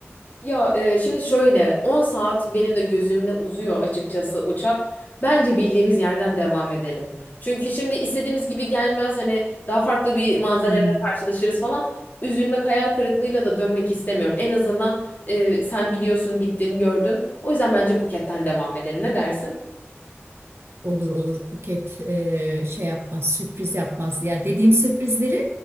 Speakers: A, on the left; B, on the right.
A: Ya e, şimdi şöyle 10 saat benim de gözümde uzuyor açıkçası uçak. Bence bildiğimiz yerden devam edelim. Çünkü şimdi istediğimiz gibi gelmez hani daha farklı bir manzarayla
B: Hmm.
A: karşılaşırız falan. Üzülmek hayal kırıklığıyla da dönmek istemiyorum. En azından e, sen biliyorsun gittin gördün. O yüzden bence Phuket'ten devam edelim. Ne dersin?
B: Olur olur Buket e, şey yapmaz sürpriz yapmaz. Ya dediğim sürprizleri